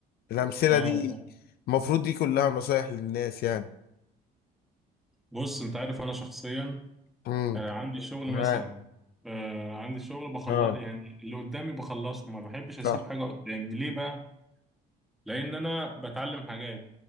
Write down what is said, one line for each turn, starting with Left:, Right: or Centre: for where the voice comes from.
Left: الامثله
Centre: آه،
Left: دي
Centre: طب
Left: المفروض دي كلها نصايح للناس يعني
Centre: بص انت عارف انا شخصيا
Left: امم
Centre: آه، عندي شغل
Left: معاك
Centre: مثلا آه، عندي شغل بخلص
Left: اه
Centre: يعني اللي قدامي بخلصه ما بحبش اسيب
Left: صح
Centre: حاجة قدامي ليه بقى لان انا بتعلم حاجات